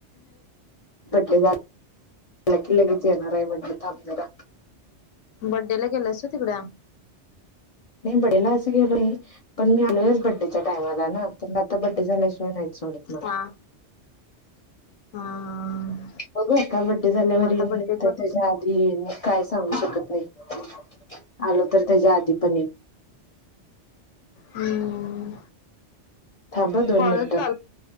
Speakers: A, on the left; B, on the left.
A: पटले झा क की लगेच येणार आहे म्हणलं थांब जरा
B: बड्डे ला गेल अस तिकडा
A: नाही बडेला असं गे पण मी आलोयच बड बडेच्या टाइमला ना तर मग आता बड्डे झाल्याशिय नाही सोडत मला
B: हा हा
A: हो कबड्डी झाल्यावररेनेत
B: मग आता बड्डे कर
A: आधी काय सांगू शकत नाही आलो तर त्याच्या आधी पण
B: हम्
A: थांब हं दोन
B: कण
A: मिनिटं.
B: चाल